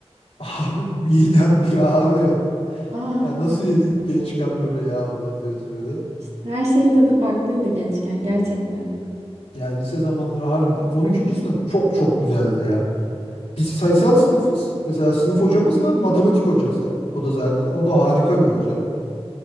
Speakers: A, on the left (about 80°); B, on the right (about 85°).
A: Abi midem bir ağrıyor.
B: Aa,
A: Ya nasıl yedik gençken böyle ya ona diyoruz böyle.
B: işte her şeyin tadı farklıydı gençken gerçekten.
A: Yani lise zamanları harbiden on ikinci sınıf çok çok güzeldi ya. Biz sayısal sınıfız. Mesela sınıf hocamız var, matematik hocası. O da zaten o da harika bir hoca.